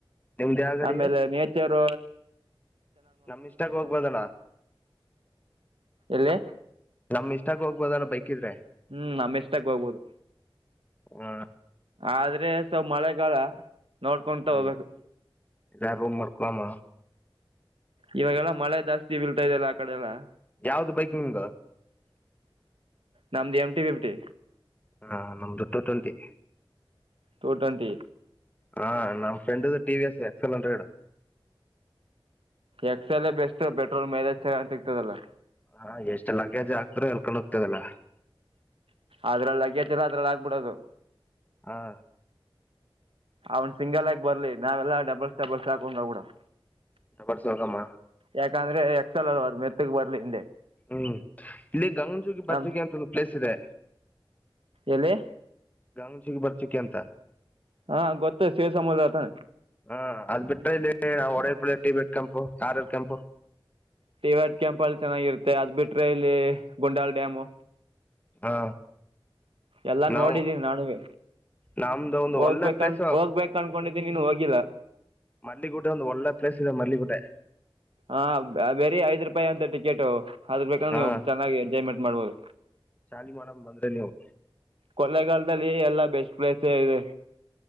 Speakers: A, on the left (about 15°); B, on the right (about 75°).
A: ನಿಮ್ದ್ ಯಾವ ಗಾಡಿ
B: ಆಮೇಲೆ ನೇಚರ್
A: ನಮ ಇಷ್ಟಕ್ಕೆ ಹೋಗ್ಬೋದಣ
B: ಎಲ್ಲಿ
A: ನಮ್ ಇಷ್ಟಕ್ಕ ಹೋಗ್ಬೋದಲ್ಲ ಬೈಕ್ ಇದ್ರೆ
B: ಹ್ಮ್ ನಮ್ಮ ಇಷ್ಟಕ್ ಹೋಗ್ಬೋದು
A: ಹ್ಮ
B: ಆದ್ರೆ ಸವ ಮಳೆಗಾಲ ನೋಡ್ಕೊಂತ
A: ಹ
B: ಹೋಗ್ಬೇಕು
A: <unintelligible> ಮಾಡಡ್ಕಾಮ
B: ಇವಾಗೆಲ್ಲಾ ಮಳೆ ಜಾಸ್ತಿ ಬೀತಾದೆಲ್ಲ ಆ ಕಡೆ ಎಲ್ಲಾ
A: ಯಾವ್ದು ಬೈಕ್ ನಿಂದು
B: ನಮ್ದು ಎಮ್ ಟಿ ಫಿಫ್ಟಿ
A: ಹಾ ನಮ್ದ ಟೂ ಟ್ವೆಂಟಿ
B: ಟು ಟ್ವೆಂಟಿ
A: ಹಾ ನಮ್ ಫ್ರೆಂಡ್ದು T V S X L hundred.
B: X L best petrol mileage ಚೆನ್ನಾಗಿ ಸಿಗ್ತದಲ್ಲ.
A: ಹ ಎಷ್ಟು ಲಗೇಜ್ ಹಾಕ್ದ್ರೆ ಅಲ್ಕೊಂಡು ಹೋಗ್ತದಲ್ಲ.
B: ಅದ್ರಲ್ಲಿ ಲಗೇಜ್ ಎಲ್ಲ ಅದ್ರಲ್ಲಿ ಆಗ್ಬಿಡೋದು.
A: ಹ್ಹಾ.
B: ಅವನ್ ಸಿಂಗಲ್ ಆಗಿ ಬರ್ಲಿ ನಾವೆಲ್ಲಾ ಡಬಲ್ಸ್ ಡಬಲ್ಸ್ ಹಾಕೊಂಡೋಗಿಬಿಡಮ.
A: ಡಬಲ್ಸ್ ಹೋಗಮ್.
B: ಯಾಕಂದ್ರೆ ಎಕ್ಸಲ್ ಅಲ್ವಾ ಅದು ಮೆತ್ತಗ್ ಬರ್ಲಿ ಹಿಂದೆ.
A: ಹ್ಮ್ ಇಲ್ಲಿ ಗಂಗನಜಗಿ ಬರ್ಜಗಿ
B: ನಮ್ಮ
A: ಅಂತ ಒಂದು ಪ್ಲೇಸ್ ಇದೆ.
B: ಎಲ್ಲಿ.
A: ಗನಚುಕ್ಕಿ ಬಚ್ಚಿಕಿ ಅಂತ.
B: ಹಾ ಗೊತ್ತು ಸೇರ್ ಸಮುದ್ರ ತಾನೆ
A: ಹಾ ಅದ್ ಬಿಟ್ರೆ ಇಲ್ಲಿ ಒಡರ್ ಪಳ ಟಿ ಬಿ ಇಟ್ಕಂಪು ಕಾರ್ ಇರಾಕಂಪು.
B: ಟ ವಾಡ್ ಕೆಂಪಲ್ ಚೆನ್ನಾಗಿರುತ್ತೆ ಅದ್ ಬಿಟ್ರೆ ಇಲ್ಲಿ ಗುಂಡಾಲ್ ಡ್ಯಾಮು.
A: ಹಾ
B: ಎಲ್ಲಾ
A: ನಾವು
B: ನೋಡಿದೀನಿ ನಾನುವೆ.
A: ನಮ್ದು ಒಂದು
B: ಹೋಗ್ಬೇಕ
A: ಒಳ್ಳೆ ಪ್ಲೇಸ್
B: ಹೋಗ್ಬೇಕು ಅನ್ಕೊಂಡಿದ್ದೀನಿ ಇನ್ನೂ ಹೋಗಿಲ್ಲ.
A: ಮಲ್ಲಿಗೂಟೆ ಒಂದ ಒಳ್ಳೆ ಪ್ಲೇಸ್ ಇದೆ ಮಲ್ಲಿಗೂಟೆ.
B: ಹ ಬೇ ಬೇರೆ ಐದ್ ರೂಪಾಯಿ ಅಂತ ಟಿಕೆಟು ಅದ್ರ ಬೇಕ
A: ಹಾ
B: ನೀನ್ ಚೆನ್ನಾಗಿ ಎಂಜಾಯ್ ಮಾಡ್ ಮಾಡ್ಬೋದು.
A: ಚಾಲಿ ಮಾಡಮ ಬಂದ್ರೆ ನೀವು.
B: ಕೊಲೆೆಗಾಲದಲ್ಲಿ ಲ್ಲಾ ಬೆಸ್ಟ್ ಪ್ಲೇಸ್. ಸೇರಿದೆ